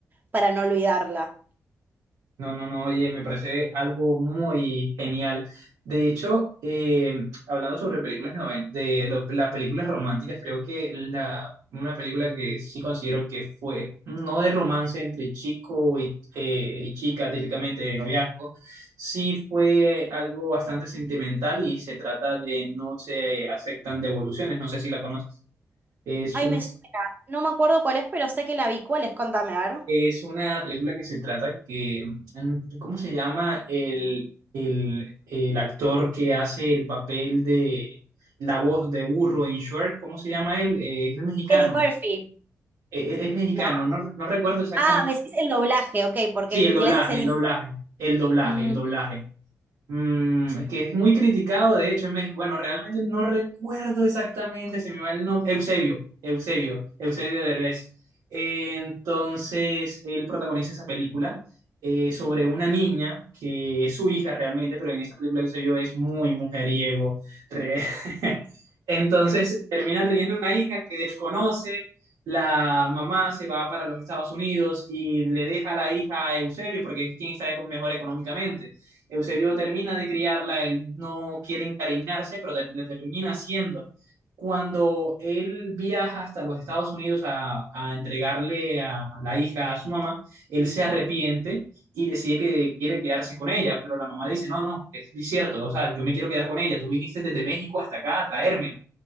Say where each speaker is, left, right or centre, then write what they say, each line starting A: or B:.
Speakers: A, on the right (about 30°); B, on the right (about 80°).
A: para no olvidarla.
B: No, no, no, oye, me parece algo muy genial. De hecho, eh, hablando sobre películas de, noven- de lo- las películas románticas, creo que la, una película que sí considero que fue no de romance entre chico y, eh, y chica, típicamente de noviazgo, sí fue algo bastante sentimental y se trata de No se aceptan devoluciones, no sé si la conoces. es
A: Ay, me suena. No me acuerdo cuál es, pero sé que la vi. ¿Cuál es? Contame, a ver.
B: Es una película que se trata que, mm, ¿cómo se llama? El, el, el actor que hace el papel de la voz de burro en Shrek, ¿cómo se llama él? Eh, es mexicano,
A: Eddie Murphy.
B: Eh, él es mexicano,
A: ¿No?
B: no, no recuerdo exactamente.
A: Ah, me decís el doblaje, ok, porque
B: Sí,
A: en
B: el
A: inglés
B: doblaje,
A: es Eddie
B: el doblaje,
A: Murphy.
B: el doblaje,
A: Mm,
B: el doblaje. Mm, que es muy criticado, de hecho, en México. Bueno, realmente no recuerdo exactamente, se me va el nombre. Eusebio, Eusebio, Eusebio de Res Eh, entonces, él protagoniza esa película eh, sobre una niña que es su hija realmente, pero en esa película Eusebio es muy mujeriego. Re- <laughs> Entonces, termina teniendo una hija que desconoce. La mamá se va para los Estados Unidos y le deja la hija a Eusebio porque es quien está con- mejor económicamente. Eusebio termina de criarla, él no quiere encariñarse, pero le termina haciendo. Cuando él viaja hasta los Estados Unidos a, a entregarle a, a la hija a su mamá, él se arrepiente y decide que quiere quedarse con ella, pero la mamá dice, no, no, es cierto, o sea, yo me quiero quedar con ella, tú viniste desde México hasta acá a traérmela.